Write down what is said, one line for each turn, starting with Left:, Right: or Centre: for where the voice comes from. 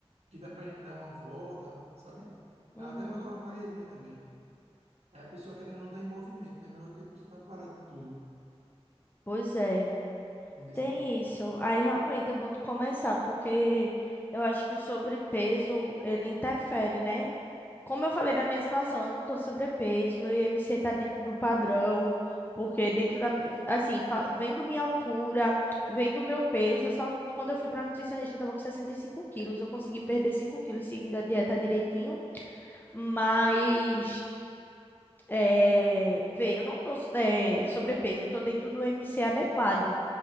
Right: que dá pra gente dar uma volta, sabe?
Left: Uhum.
Right: Dá até pra dar uma carreirinha também. Aí a pessoa querendo não tá em movimento, né? Melhor do que a pessoa tá parada de tudo.
Left: Pois é.
Right: Entendeu? assim?
Left: Tem isso. Aí realmente é bom tu começar, porque eu acho que o sobrepeso, ele interfere, né? Como eu falei da minha situação, eu não tô sobrepeso, meu IMC tá dentro do padrão, porque dentro da, mi- assim, fa- vendo minha altura, vendo meu peso, eu só quando eu fui pra nutricionista eu tava com 65 quilos, eu consegui perder 5 quilos seguindo a dieta direitinho, mas, é, vê, eu não tô, é, sobrepeso, eu tô dentro do IMC adequado.